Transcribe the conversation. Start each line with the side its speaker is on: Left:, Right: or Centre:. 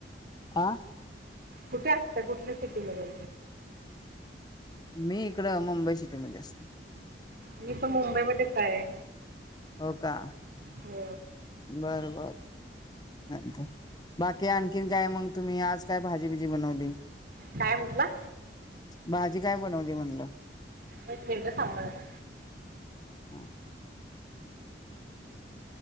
Left: आं
Right: कुठे असता, कुठल्या सिटीमध्ये
Left: मी इकड मुंबई सिटीमध्ये असते.
Right: मी पण मुंबईमध्येच आहे.
Left: हो का
Right: हो
Left: बरबर चालतंय बाकी आणखीन काय मंग तुम्ही, आज काय भाजीबिजी बनवली?
Right: काय म्हटला
Left: भाजी काय बनवली म्हणलं.
Right: एक मिनिट थांबा जरा.
Left: हम्म